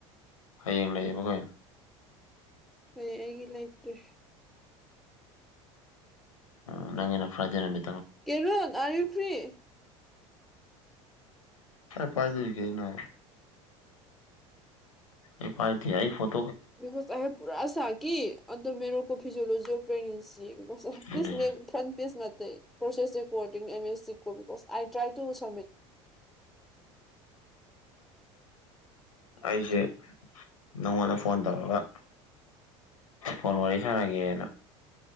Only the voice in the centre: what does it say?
ꯍꯣꯏ ꯑꯩꯒꯤ ꯂꯩꯇꯦ
ꯀꯦꯔꯣꯟ ꯑ ꯐ꯭ꯔꯦ
ꯃꯁ ꯑꯦ ꯄꯨꯔꯥ ꯁꯥ ꯀ ꯑ ꯃꯦꯣ ꯀ ꯐꯤꯖꯤꯑꯣꯂꯣꯖꯤ ꯑꯣ ꯄ꯭ꯔ ꯁꯤ ꯄ
ꯐꯟ ꯄꯤꯁ ꯃ ꯇ ꯄꯣꯁꯦꯁ ꯔꯤꯄꯣꯔꯤꯡ ꯑꯝ ꯑꯦꯁ ꯁꯤꯕꯤ ꯁ ꯑꯥꯏ ꯇ꯭ꯔꯥꯏ ꯇꯨ ꯁꯃꯤꯠꯣ <inaudible>